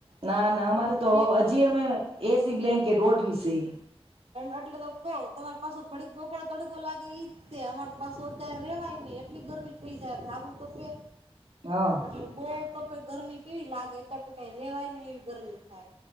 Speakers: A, on the right; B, on the right.
A: ના ના અમારે તો
B: ટેકમાં
A: હજી અમે એસી બ્લાન્કેટ ઓઢવી સી.
B: એટલે તો કઉ તમાર પાછો ઘડી બપોળ તડકો લાગે ઈ જ અમાર તો પાછું અત્યારે રેવાય નહી એટલી ગરમી થઈ જાય ધાબુ તપે.
A: હા
B: <unintelligible> તો પણ ગરમી કેવી લાગે અત્યારે તો કઈ ર રહેવાય ની એવી ગરમી થાય.